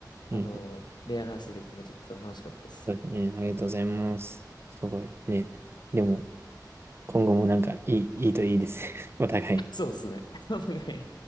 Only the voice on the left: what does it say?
あの、
恋愛の話できてめちゃくちゃ楽しかったです。
<laughs> そうですね。<laughs> お互いに